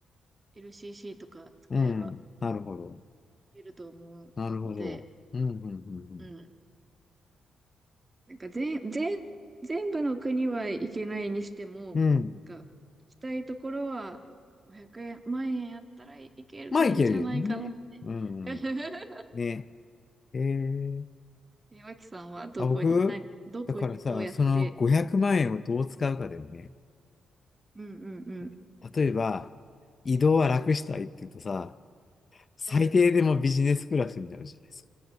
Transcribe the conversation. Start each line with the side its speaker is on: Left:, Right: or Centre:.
Right: LCC とか使えば
Left: うん、なるほど。
Right: いると思うので、
Left: なるほど。うん、うん、うん、
Right: うん。なんか全、全、全部の国は行けないにしても、
Left: うん。うん
Right: なんか行きたいところは500万円あったらいけるんじゃないかなって。
Left: まあ、いけるよね。うん。
Right: <laughs>
Left: ね。えー、
Right: え、脇さんはどこに、
Left: あ、僕、
Right: 何、どこにどうやって
Left: だからさ、その500万円をどう使うかだよね。
Right: うんうんうん。
Left: ね例えば、移動は楽したいって言うとさ、最低でもビジネスクラスになるじゃないですか。
Right: はい。